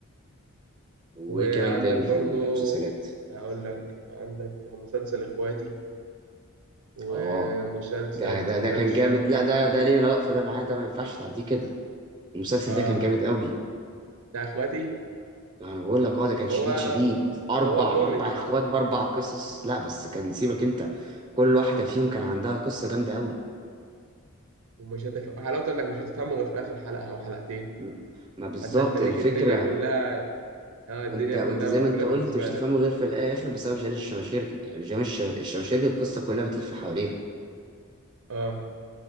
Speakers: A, on the right; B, on the right.
A: وايه
B: وعندك
A: كمان تاني
B: برضو
A: في المسلسلات
B: هقول لك عندك مسلسل اخواتي ومسلسل
A: اه ده ده
B: ولاد
A: ده كان
B: الشمس
A: جامد لا ده ده ليه لا فده معاه ده ما ينفعش تعديه كده المسلسل
B: اه
A: ده كان جامد قوي
B: بتاع اخواتي
A: انا بقول لك اه ده كان شديد
B: هو
A: شديد اربع
B: هو كوميدي
A: اربع اخوات باربع قصص لا بس كان سيبك انت كل واحده فيهم كان عندها قصه جامده قوي
B: ومش هتف... حلاوته انك مش هتفهمه غير في اخر حلقه او حلقتين
A: م- ما بالظبط
B: انت هتنيك
A: الفكره
B: الدنيا كلها اه
A: وانت
B: الدنيا
A: وانت
B: كلها
A: زي
B: مقفوله
A: ما انت قلت
B: بالنسبه
A: مش تفهمه
B: لك
A: غير في الاخر بسبب جاني الشماشيرجي يعني جاني الش- الشماشيرجي القصه كلها بتلف حواليها
B: اه